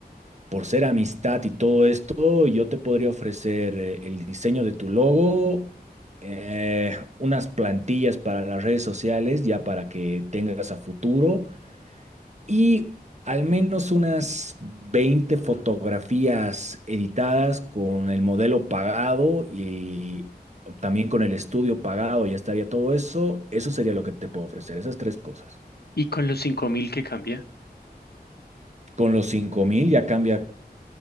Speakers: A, on the right; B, on the left.
A: por ser amistad y todo esto, yo te podría ofrecer eh, el diseño de tu logo, eh, unas plantillas para las redes sociales, ya para que tengas a futuro, y al menos unas 20 fotografías editadas con el modelo pagado y también con el estudio pagado, ya estaría todo eso. Eso sería lo que te puedo ofrecer, esas tres cosas.
B: Y con los cinco mil que cambia.
A: Con los cinco mil ya cambia